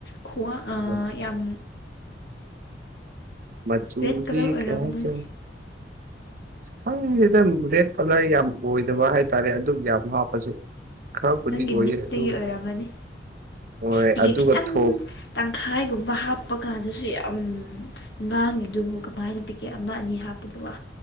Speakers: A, on the left; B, on the right.
A: ꯈꯨꯋꯥꯥꯛ
B: ꯑꯃꯨꯛ꯫
A: ꯑꯥ ꯌꯥꯝ
B: ꯃꯆꯨꯗꯤ
A: ꯔꯦꯠ ꯀꯂꯔ ꯑꯣꯏꯔꯝꯃꯅꯤ
B: ꯀꯩ ꯍꯥꯏꯁꯤꯔꯥ ꯈꯪꯗꯗꯦꯗꯥ ꯔꯦꯠ ꯀꯂꯔ ꯌꯥꯝ ꯑꯣꯏꯗꯕ ꯍꯥꯏꯇꯥꯔꯦ ꯑꯗꯨꯛ ꯌꯥꯝ ꯍꯥꯞꯄꯁꯨ ꯈꯔꯕꯨꯗꯤ
A: ꯅꯪꯒꯤ
B: ꯑꯣꯏꯌꯦ
A: ꯃꯤꯠꯇꯒꯤ
B: ꯑꯗꯨ
A: ꯑꯣꯏꯔꯝꯃꯅꯤ
B: ꯍꯣꯏ
A: ꯄꯤꯀꯦꯠ
B: ꯑꯗꯨꯒ
A: ꯈꯤꯇꯪ
B: ꯊꯣꯛ
A: ꯇꯪꯈꯥꯏꯒꯨꯝꯕ ꯍꯥꯞꯄ ꯀꯥꯟꯗꯁꯨ ꯌꯥꯝ ꯉꯥꯡꯉꯤꯗꯨꯕꯨ ꯀꯃꯥꯏꯅ ꯄꯤꯀꯦꯠ ꯑꯃ ꯑꯅꯤ ꯍꯥꯞꯄꯗꯤ ꯋꯥ